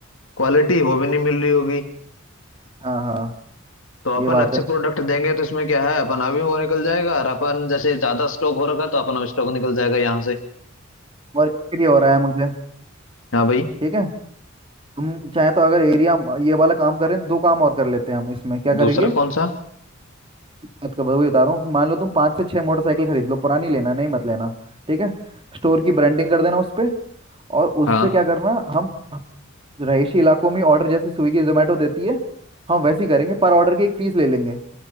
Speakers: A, on the left (about 70°); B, on the right (about 25°).
A: क्वालिटी वो भी नहीं मिल रही होगी
B: हैं हाँ हाँ
A: तो
B: ये
A: अपन
B: बात
A: अच्छे
B: है
A: प्रोडक्ट देंगे तो इसमें क्या है अपन अभी वो निकल जाएगा और अपन जैसे ज्यादा स्टॉक हो रखा है, तो अपन अब स्टॉक निकल जाएगा यहाँ से
B: और इसके लिए हो रहा है मुझे
A: हाँ भाई
B: ठीक है तुम चाहे तो अगर एरिया ये वाला काम कर रहे हैं तो दो काम और कर लेते हैं हम इसमें क्या
A: दूसरा
B: करेंगे
A: कौन सा
B: बात कर वही बता रहा हूँ मान लो तुम पाँच से छः मोटरसाइकिल खरीद लो पुरानी लेना नहीं मत लेना ठीक है स्टोर की ब्रांडिंग कर देना उस पर और उससे
A: हाँ
B: क्या करना हम रहायशी इलाकों में ऑर्डर जैसे स्विगी जोमेटो देती है हम वैसे ही करेंगे पर ऑर्डर की एक फीस ले लेंगे